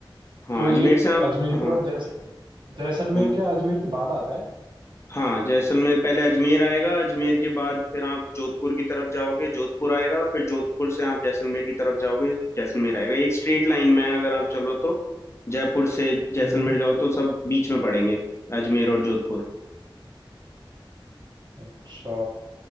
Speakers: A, on the left; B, on the right.
A: हाँ
B: तो ये
A: अजमेर से आप
B: अजमेर के
A: हाँ
B: बाद जैस जैसलमेर
A: हाँ
B: क्या अजमेर के बाद आता है
A: हाँ जैसलमेर पहले अजमेर आएगा अजमेर के बाद फिर आप जोधपुर की तरफ जाओगे जोधपुर आएगा फिर जोधपुर से आप जैसलमेर की तरफ जाओगे जैसलमेर आएगा ये एक स्ट्रेट लाइन में है अगर आप चलो तो जयपुर से जैसलमेर
B: हम्म
A: जाओ तो सब बीच में पड़ेंगे अजमेर और जोधपुर
B: अच्छा